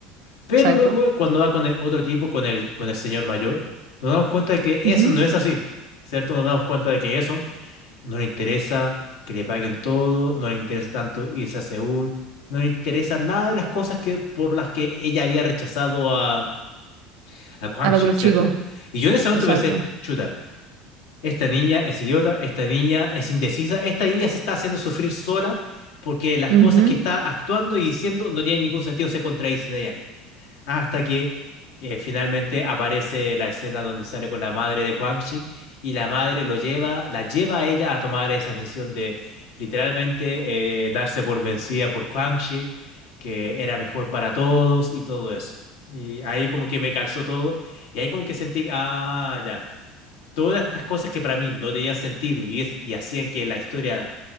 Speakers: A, on the left; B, on the right.
A: pero
B: Exacto.
A: luego cuando va con el otro tipo, con el, con el señor mayor, nos damos cuenta de que
B: ujú.
A: Eson no es así, ¿cierto? Nos damos cuenta de que Eson no le interesa que le paguen todo, no le interesa tanto irse a Seúl, no le interesa nada de las cosas que, por las que ella había rechazado a, a Kwang
B: Al
A: Shik,
B: otro
A: ¿cierto?
B: chico,
A: Y yo en ese momento
B: exacto.
A: pensé, chuta. Esta niña es idiota, esta niña es indecisa, esta niña se está haciendo sufrir sola porque las
B: Ujú.
A: cosas que está actuando y diciendo no tienen ningún sentido, se contradicen de ella misma. Hasta que eh, finalmente aparece la escena donde sale con la madre de Quang Shi y la madre lo lleva, la lleva a ella a tomar esa decisión de literalmente eh, darse por vencida por Quang Shi, que era mejor para todos y todo eso. Y ahí como que me calzó todo y ahí como que sentí, ah, ya todas estas cosas que para mí no tenían sentido y, es, y hacían que la historia